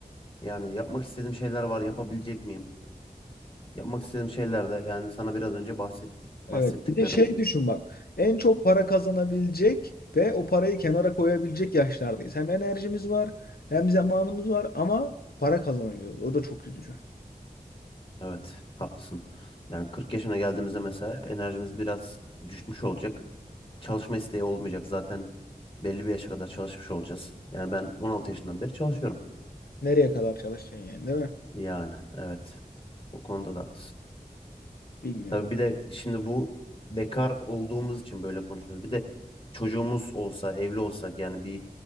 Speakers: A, on the left; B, on the left.
A: Yani yapmak istediğim şeyler var, yapabilecek miyim? Yapmak istediğim şeyler de yani sana biraz önce bahsettik
B: Evet.
A: bahsettiklerim.
B: Bir de şey düşün bak. En çok para kazanabilecek ve o parayı kenara koyabilecek yaşlardayız. Hem enerjimiz var, hem zamanımız var ama para kazanamıyoruz. O da çok üzücü.
A: Evet, haklısın. Yani 40 yaşına geldiğimizde mesela enerjimiz biraz düşmüş olacak. Çalışma isteği olmayacak. Zaten belli bir yaşa kadar çalışmış olacağız. Yani ben 16 yaşından beri çalışıyorum.
B: Nereye kadar çalışacaksın yani, değil mi?
A: Yani evet. O konuda da haklısın.
B: Bilmiyorum.
A: Tabii bir de şimdi bu bekar olduğumuz için böyle konuşuyoruz. Bir de çocuğumuz olsa, evli olsak yani bir